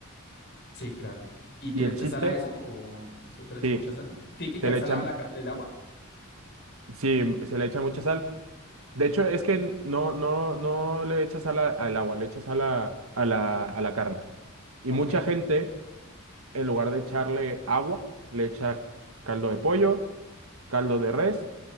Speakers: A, on the left (about 55°); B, on the right (about 75°).
A: Sí, claro. ¿Y
B: Y
A: tú le
B: el
A: echas
B: chiste,
A: sal a eso o eso se le echa
B: sí.
A: mucha sal? ¿Tiene que quedar
B: Se le
A: salada
B: echa.
A: la ca- el agua?
B: Sí, se le echa mucha sal. De hecho, es que no, no, no le echa sal a- al agua, le echa sal a, a la, a la carne. Y
A: Ok.
B: mucha gente, en lugar de echarle agua, le echa caldo de pollo, caldo de res